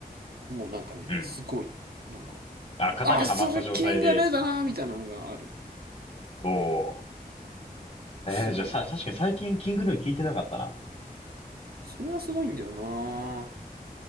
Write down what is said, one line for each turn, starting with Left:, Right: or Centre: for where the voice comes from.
Right: もうなんかね、
Left: うん。
Right: すごい、なんか、
Left: あ、型にはまった状態で。
Right: あ、それキングヌーだなみたいなのがある。
Left: おお。えー、
Right: すごい。
Left: じゃあさ、確かに最近キングヌー聞いてなかったな。
Right: それはすごいんだよな